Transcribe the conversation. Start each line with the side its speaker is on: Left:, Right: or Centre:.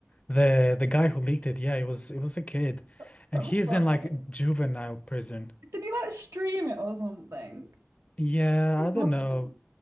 Left: the the guy who leaked it, yeah, it was it was a kid,
Right: <laughs> so
Left: and he's
Right: funny.
Left: in like juvenile prison.
Right: Did he like stream it or something?
Left: Yeah,
Right: What was
Left: I don't
Right: happening?
Left: know,